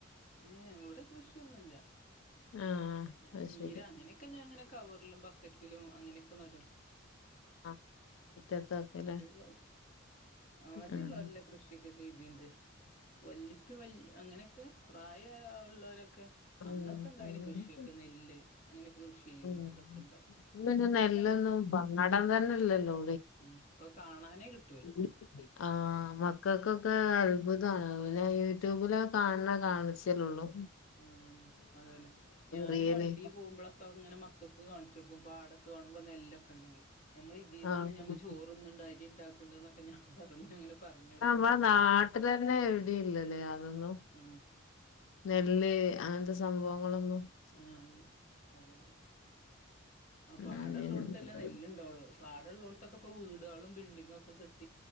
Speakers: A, on the left (about 35°); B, on the left (about 70°).
A: ഏ ഇവിടെ കൃഷിയൊന്നുമല്ല
B: ആഹ്
A: ഞാൻ
B: അത്
A: ചീര
B: ശരി
A: അങ്ങനെയൊക്കെ ഞാൻ ഇങ്ങനെ കവറിലും ബക്കറ്റ് ലും അങ്ങനെക്കെ നടും
B: ആ മുറ്റത്തൊക്കെല്ലേ
A: കൃഷികളായിട്ട് ആദ്യള്ളോല്കൃഷിയൊക്കെ
B: ആഹ്
A: ചെയ്തണ്ട് വല്ലിപ്പി വല്യഅങ്ങനെയൊക്കെ പ്രായ ആയ യോള് ഉള്ളാലെക്കെ
B: ഉം
A: അന്നൊക്കെ ഉണ്ടായിന്
B: ഉം
A: കൃഷി നെല്ല് അങ്ങനെയൊക്കെ കൃഷി ചെയ്യൂ
B: ഉം.
A: ലെ അതൊക്കെ ഉണ്ടായി പിന്നെ
B: നെല്ലൊന്നും
A: അതൊക്കെ
B: പാടം തന്നെല്ലല്ലോ
A: ഉ ഇപ്പൊ കാണാനേ കിട്ടൂ
B: <inaudible> ആ മക്കൾക്കൊക്കെ അത്ഭുതാണ് അ പിന്നെ യൂട്യൂബില് കാണുന്ന കായിച്ചല്ലേള്ളൂ
A: ആ അത ന്നെ ഞാന്
B: റിയല്
A: വണ്ടി പോകുമ്പോളൊക്കെ ഇങ്ങനെ മക്കൾക്ക് കാണിച്ചു കൊടുക്കും പാടൊക്കെ കാണുമ്പോ നെല്ലൊക്കെ ഉണ്ടെങ്കി നമ്മൾ ഇതിന്നാണ്
B: ആഹ്
A: ഞമ്മ ചോറ് തിന്ന് ണഅരി ഉണ്ടാക്കണ്ട്എന്നൊക്കെ ഞാൻ പറഞ്ഞു അങ്ങനെ പറഞ്ഞു കൊടുക്കും
B: നമ്മളെ
A: കണ്ടാല്
B: നാട്ടിൽ തന്നെ എവിടെയും ഇല്ലല്ലേ അതൊന്നും
A: ഉ
B: നെല്ല് അങ്ങൻത്തെ സംഭവങ്ങളൊന്നും <inaudible>
A: ആഹ് അല്ല അതന്നെ ആ
B: ഉം
A: പാട ള്ളോ ട് ത്തല്ലേ നെല്ല്ണ്ടാവുള്ളു പാട ള്ളോട് ത്തൊക്കെ ഇപ്പൊവീടുകളും ബിൽഡിങ്ങും ഒക്കെ കെട്ടി